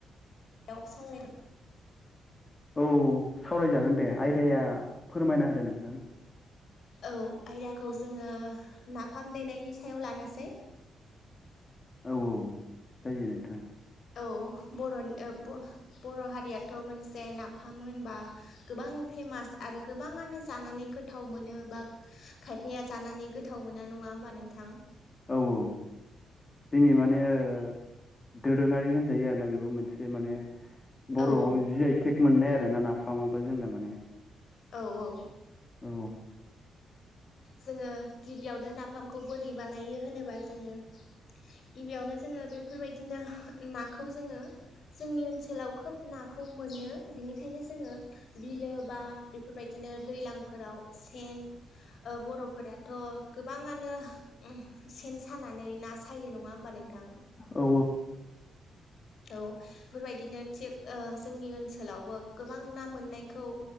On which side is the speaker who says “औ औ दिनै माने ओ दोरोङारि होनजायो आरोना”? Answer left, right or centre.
Left